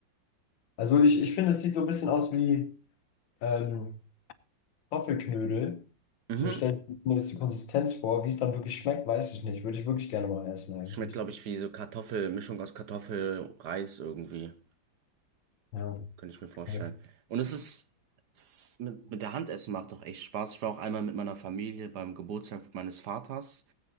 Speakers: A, on the left (about 80°); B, on the right (about 65°).
A: Also ich, ich finde, es sieht so ein bisschen aus wie ähm, Kartoffelknödel.
B: Mhm.
A: So stelle ich mir zumindest die Konsistenz vor. Wie es dann wirklich schmeckt, weiß ich nicht. Würde ich wirklich gerne mal essen eigentlich.
B: Schmeckt, glaube ich, wie so Kartoffel, Mischung aus Kartoffel, Reis irgendwie.
A: Ja,
B: Könnte ich mir vorstellen.
A: okay.
B: Und es ist, es- mit, mit der Hand essen macht doch echt Spaß. Ich war auch einmal mit meiner Familie beim Geburtstag meines Vaters,